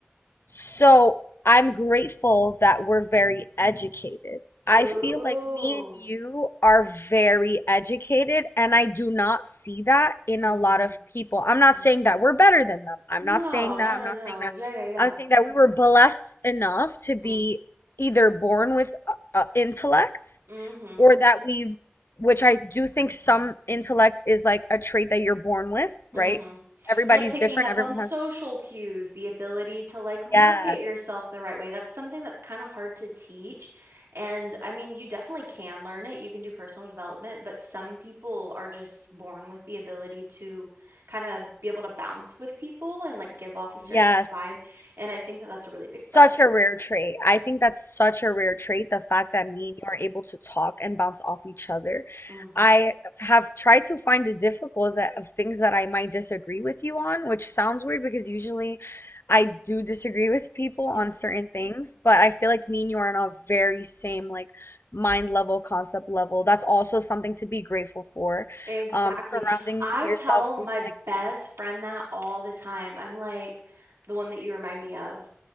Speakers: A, on the left; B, on the right.
A: So I'm grateful that we're very educated. I
B: Oh.
A: feel like me and you are very educated, and I do not see that in
B: Mm-hmm.
A: a lot of people. I'm not
B: Mm.
A: saying that we're better than them. I'm
B: No,
A: not saying
B: no,
A: that. I'm
B: no,
A: not
B: no.
A: saying that.
B: Yeah, yeah, yeah.
A: I'm saying that we were blessed enough to be
B: Mm-hmm.
A: either born with uh, uh, intellect
B: Mm-hmm.
A: or that we've, which I do think some intellect is like a trait that you're born with,
B: Mm-hmm.
A: right? Everybody's
B: Like picking
A: different.
B: up
A: Everyone
B: on social
A: has,
B: cues, the ability to like market
A: yes,
B: yourself the right way. That's something that's kind of hard to teach. And I mean, you definitely can learn it. You can do personal development, but some people are just born with the ability to kind of be able to bounce with people and like give off a certain
A: yes.
B: kind of vibe. And I think that that's a really big
A: Such
B: blessing.
A: a rare
B: so Right.
A: trait. I think that's such a rare trait, the fact that me and you are able to talk and bounce off each other.
B: hmm
A: I have tried to find the difficult that, of things that I might disagree with you on, which sounds weird because usually I do disagree with people on
B: hmm <laughs>
A: certain things, but I feel like me and you are on a very same like mind level, concept level. That's also something to be grateful for.
B: Exactly.
A: Um, surrounding
B: I
A: yourself
B: tell my
A: with like-minded.
B: best friend that all the time. I'm like the one that you remind me of.